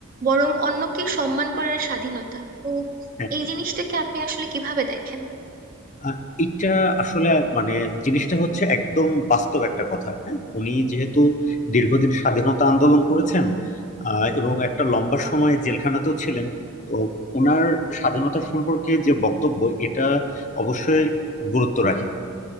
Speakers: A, on the right (about 40°); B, on the left (about 35°).
A: বরং অন্যকে সম্মান করার স্বাধীনতা তো
B: হ্যাঁ
A: এই জিনিসটাকে আপনি আসলে কিভাবে দেখেন
B: আহ, এটা আসলে মানে জিনিসটা হচ্ছে একদম বাস্তব একটা কথা হ্যাঁ উনি যেহেতু দীর্ঘদিন স্বাধীনতা আন্দোলন করেছেন আহ, এবং একটা লম্বা সময় জেলখানাতেও ছিলেন তো ওনার স্বাধীনতা সম্পর্কে যে বক্তব্য এটা অবশ্যই গুরুত্ব রাখে